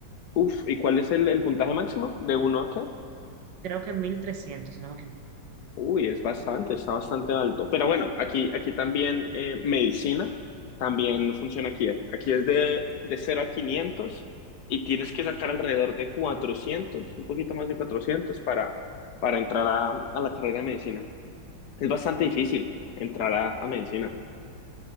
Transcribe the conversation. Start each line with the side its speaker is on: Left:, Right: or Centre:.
Left: Uf, ¿y cuál es el, el puntaje máximo? ¿De uno a qué?
Right: Creo que 1300, si no me equivoco.
Left: Uy, es bastante, está bastante alto. Pero bueno, aquí, aquí también eh, medicina también funciona aquí. Aquí es de, de cero a 500 y tienes que sacar alrededor de 400, un poquito más de 400 para, para entrar a, a la carrera de medicina. Es bastante difícil entrar a, a medicina,